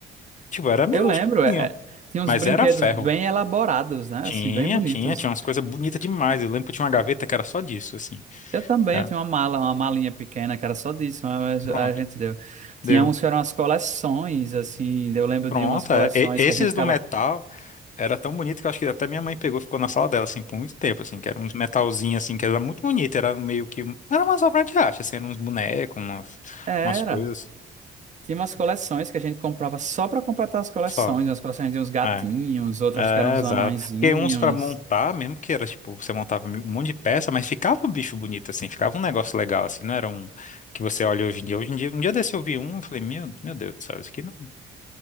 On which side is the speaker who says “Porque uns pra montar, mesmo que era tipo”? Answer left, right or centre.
Left